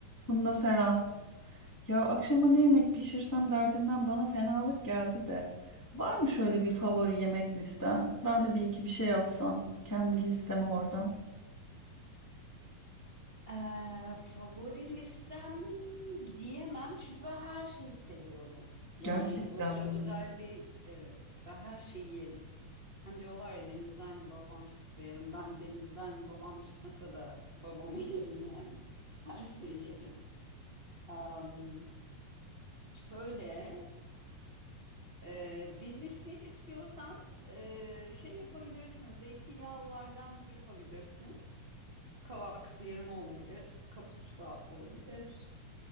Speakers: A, on the left (about 15°); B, on the right (about 45°).
A: Funda selam. Ya akşama ne yemek pişirsem derdinden bana fenalık geldi de. Var mı şöyle bir favori yemek listen? Ben de bir iki bir şey atsam kendi listeme oradan.
B: Ee, favori listem diyemem çünkü ben her şeyi seviyorum. Yani
A: Gerçekten
B: öyle özel
A: mi?
B: bir evet ben her şeyi yerim. Hani diyorlar ya denizden babam çıksa yerim. Ben denizden babam çıkmasa da babamı <laughs> yerim yani. Her şeyi yerim. Am, şöyle e, bir liste istiyorsan e, şey yapabilirsin. Zeytinyağlılardan yapabilirsin. Kavak sıyırma olabilir. Kapuska olabilir.